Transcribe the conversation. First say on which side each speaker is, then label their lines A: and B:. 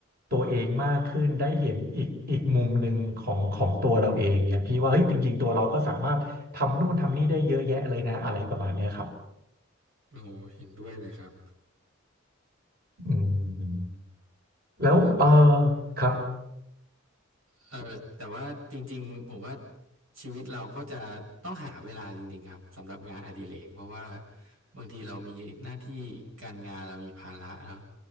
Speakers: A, on the right; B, on the right.
A: ตัวเองมากขึ้นได้เห็นอีกอีกมุมหนึ่งของของตัวเราเองเนี่ยพี่ว่าเฮ้ยจริงๆตัวเราก็สามารถทำนู่นทำนี่ได้เยอะแยะเลยนะอะไรประมาณเนี้ยครับ
B: โอ้เห็นด้วยเลยครับ
A: อืมแล้วเออ
B: แต่ว่า
A: ครับ
B: เออแต่ว่าจริงๆผมว่าชีวิตเราก็จะต้องหาเวลาจริงๆครับสำหรับงานอดิเรกเพราะว่าบางทีเรามีหน้าที่การงานเรามีภาระเนาะ